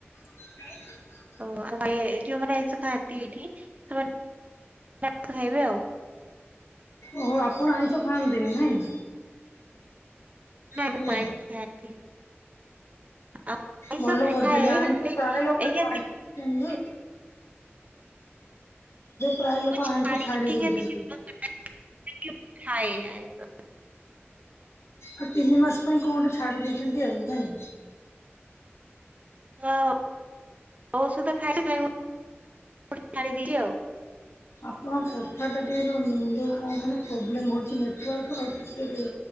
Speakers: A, on the left; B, on the right.
A: କାଇଁ?
B: ତ ଆ ଯୋଉମାନେ ଆଇଁଷ ଖାଆନ୍ତି ଏଇଠି ସେମାନେ ଆଇଁଷ ଖାଇବେ ଆଉ।
A: ଓହୋ ଆପଣ ଆଇଁଷ ଖାଆନ୍ତିନି ନାଇଁ?
B: <inaudible>
A: ହାଲୋ।
B: ଆଇଁଷ
A: ଭଲ
B: ଖାଏ
A: କରୁଛନ୍ତି ଅଇଁଷ
B: ହେଲେ
A: ପ୍ରାୟ ଲୋକ
B: ଏଇକା
A: ଏବେ ପ୍ରାୟ ଲୋକ
B: ମୁଁ ଛାଡିଚି
A: ଆଇଁଷ ଛାଡି
B: ଏଇକା
A: ଦଉଛନ୍ତି।
B: <inaudible> ଖାଏ ଆଇଁଷ।
A: ଆଉ ତିନି ମାସ ପାଇଁ କଣ ଗୋଟେ ଛାଡି ଦେଇଛନ୍ତି ଆଉ ନାଇଁ?
B: ହଁ ଔଷଧ ଖାଇଛି ଖାଇବ ଛାଡ଼ିଦେଇଛି ଆଉ।
A: ଆପଣଙ୍କ କଥା ଟା ଟିକେ ଯୋଉଁ ଯୋଉ କଣ କୁହନି ପ୍ରୋବ୍ଲେମ୍ ହେଉଛି ନେଟୱାର୍କର ଟିକେ